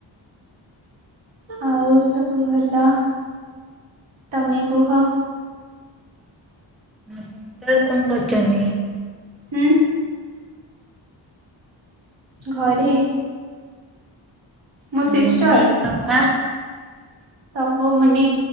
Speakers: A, on the right; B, in the centre.
A: ଆଉ ସବୁ ଭଲ ତମେ କୁହ?
B: ସିଷ୍ଟର କଁ କରୁଚନ୍ତି?
A: ହୁଁ। ଘରେ। ମୋ ସିଷ୍ଟର।
B: ମମି ବାପା
A: ସବୁ ମାନେ